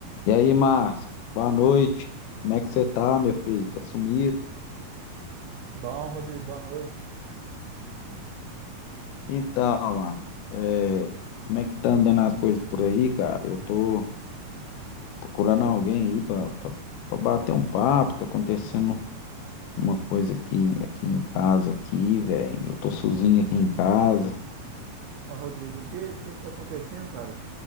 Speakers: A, on the left; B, on the right.
A: E aí, Márcio, boa noite. Como é que você tá, meu filho? Tá sumido?
B: Bom, Rodrigo, boa noite.
A: Então, Márcio, é, como é que tá andando as coisas por aí, cara? Eu tô procurando alguém aí pra, pra, pra bater um papo. Tá acontecendo uma coisa aqui, aqui em casa, aqui, velho. Eu tô sozinho aqui em casa.
B: Mas, Rodrigo, o que, o que é que tá acontecendo, cara?